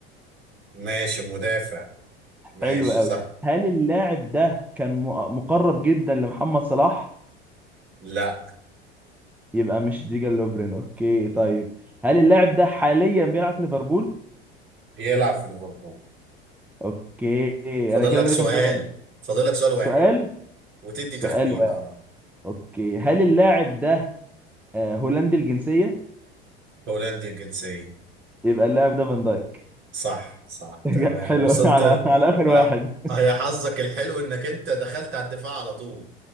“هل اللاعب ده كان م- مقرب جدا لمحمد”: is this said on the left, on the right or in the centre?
Centre